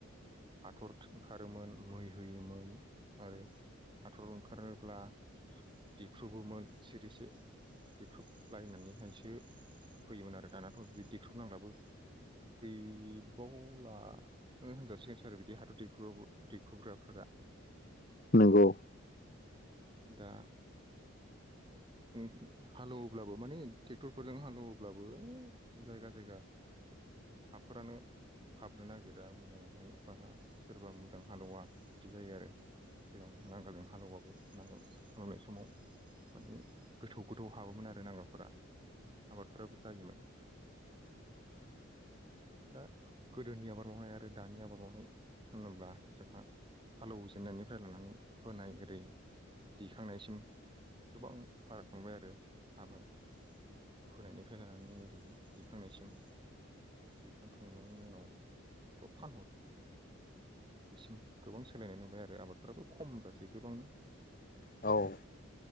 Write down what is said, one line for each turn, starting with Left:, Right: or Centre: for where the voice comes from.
Right: हाथरथ ओंखारोमोन मै होयोमोन। आरो हाथर ओंखारोब्ला दैख्रुबोमोन सिरिसे। देख्रुब लायनानै हायसो फैयोमोन आरो दानाथ बिदि देख्रुबनांलाबो गैबावला ओ होनजासिगो <unintelligible> बिदि हाथर देख्रु देख्रुबग्राफोरा।
Left: नोंगौ।
Right: दा उम हालौवोब्लाबो माने ट्रेक्टरफोरजों हालौवोब्लाबो जायगा जायगा हाफोरानो हाबनो नागिरा मोजां हो बाहा सोरबा मोजां हालोवा बिदि जायो आरो। सिगां नांगालजों हालौबाबो नांगोल हालौवनाय समाव मानि गोथौ गोथौ हाबोमोन आरो नांगोलफोरा आबादफोराबो जायोमोन।
Left: <inaudible>
Right: दा गोदोनि आबाद मावनाय आरो दानि आबाद मावनाय होनोब्ला जोंहा हालौजेननायनिफ्राय लानानै फोनाय ओरै दैखांनायसिम गोबां फाराग नुबाय आरो आबार फोनायनिफ्राय लानानै ओरै दिखांनायसिम। दिखां खांनायनि उनाव थ' फानहर बिसिम गोबां सोलायनाय नुबाय आरो आबादफोराबो खम जासै गोबांनो।
Left: औ